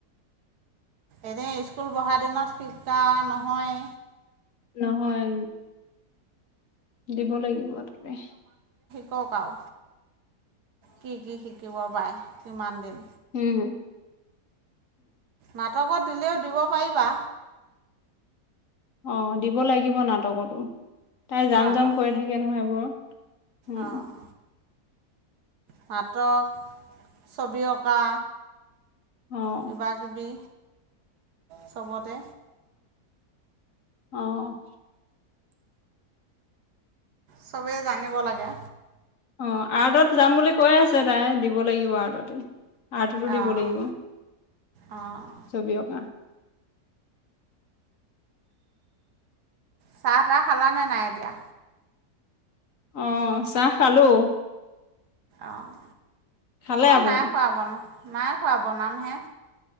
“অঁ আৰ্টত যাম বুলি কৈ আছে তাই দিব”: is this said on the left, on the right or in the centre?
Left